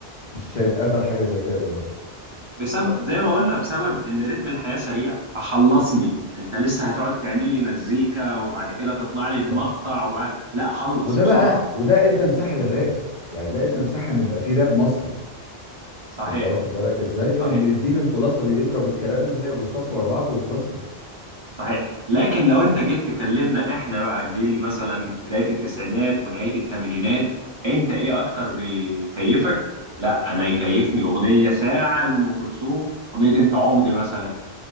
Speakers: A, on the left; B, on the right.
A: مش هيتقبل حاجه زي كده دلوقتي
B: بسبب زي ما قلنا بسبب ان رتم الحياة سريع فخلصني انت لسه هتقعد تعمل لي مزيكا وبعد كده تطلع لي
A: بالظبط.
B: بمقطع وبعد لا خلص
A: وده
B: بسرعة
A: بقى وده ادى مساحه للراب يعني ده ادى مساحه ان يبقى في راب مصري
B: صحيح
A: انت واخد بالك ازاي يعني
B: صحيح
A: بيديني الخلاصه بيضرب الكلام زي الرصاص ورا بعضه وخلصنا
B: صحيح لكن لو انت جيت تكلمنا احنا بقى الجيل مثلا بداية التسعينات ونهاية الثمانينات انت ايه اكتر بيكيفك لا انا يكيفني اغنية ساعة لأم كلثوم اغنية انت عمري مثلا